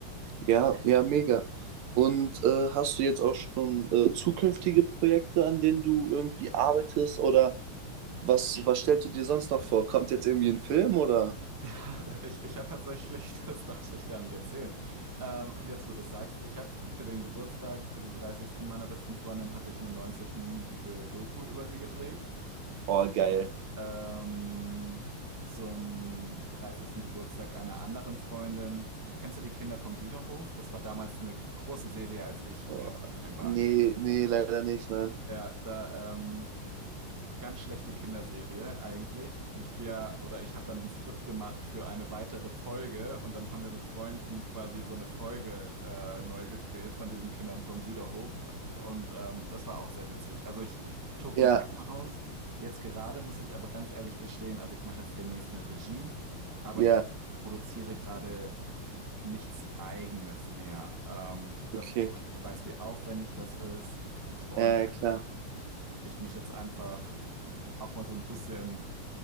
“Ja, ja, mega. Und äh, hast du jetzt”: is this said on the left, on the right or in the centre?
Right